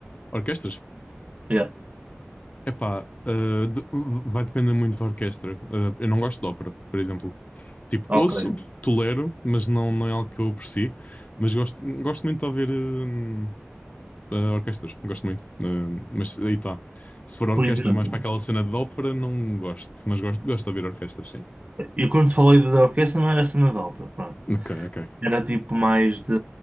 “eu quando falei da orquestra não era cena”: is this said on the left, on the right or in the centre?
Right